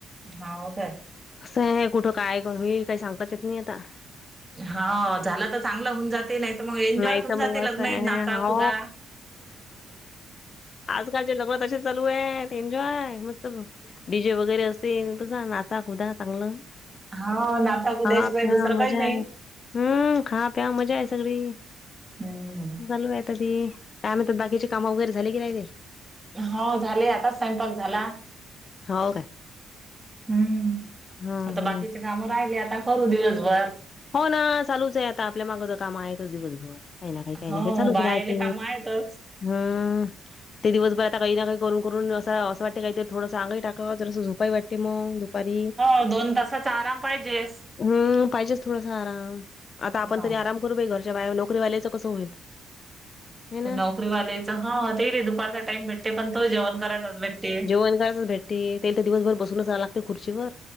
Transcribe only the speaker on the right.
हाव काय?
हा झालं तर चांगलं होऊन जाते नाही तर मग एन्जॉय
होऊन
जाते
लग्न
नाचा
कुदा
हा नाचा कुद्याशिवाय
दुसरं
काही नाही
हम्म.
हो झालेय आताच स्वंयंपाक झाला
हम्म.
आता बाकीचे
काम राहिले आता करू दिवसभर.
हो
बायाले
काम आहेतच
हो. दोन तासाचा आराम पाहिजेस.
हाव
नोकरी वाल्याचं हा. ते रे दुपारचा टाइम भेटते. पण तो जेवण करायचाच भेटते.